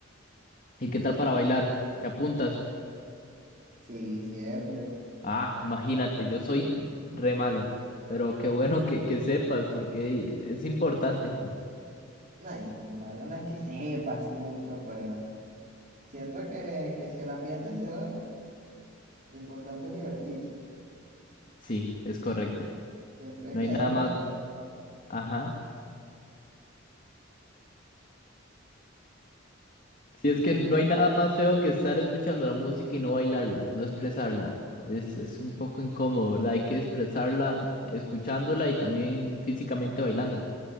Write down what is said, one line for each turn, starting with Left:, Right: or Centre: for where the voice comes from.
Left: ¿Y qué tal para
Right: Pero
Left: bailar? ¿Te apuntas?
Right: Sí, siempre.
Left: Ah, imagínate, yo soy re malo, pero qué bueno que, que sepas porque es importante.
Right: No, y sin embargo, no es que sepa así mucho, pero siento que, que si el ambiente se da, lo importante es divertirse.
Left: Sí, es correcto.
Right: Siempre
Left: No
Right: que
Left: hay
Right: haya
Left: nada
Right: buena...
Left: más, ajá. Si es que
Right: Siempre.
Left: no hay nada más feo que estar escuchando la música y no bailarla, no expresarla. Es, es un poco incómodo, ¿verdad? Hay que expresarla escuchándola y también físicamente bailándola.